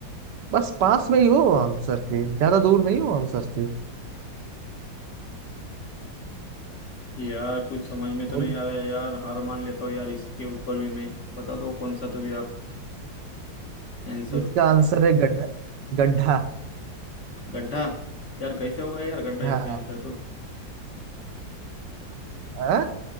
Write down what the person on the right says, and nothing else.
बस पास में ही हो आंसर के ज्यादा दूर नहीं हो आंसर से
खोलो
इसका आंसर है गड्ढा गड्ढा
हाँ
हाँ?